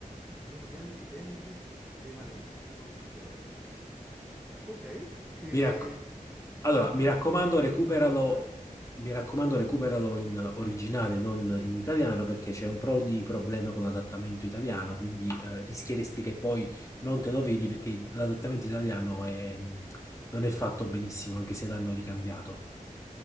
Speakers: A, in the centre; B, on the left (about 20°).
A: Neo Ge- Genesis Evan... Ok. Ok, che...
B: Mi rac- allora,
A: Come...
B: mi raccomando, recuperalo,
A: Cosa mi devo aspettare?
B: mi raccomando, recuperalo in originale, non in italiano, perché c'è un pro di problema con l'adattamento italiano, quindi eh, rischieresti che poi non te lo vedi perché l'adattamento italiano è- non è fatto benissimo, anche se l'hanno ricambiato.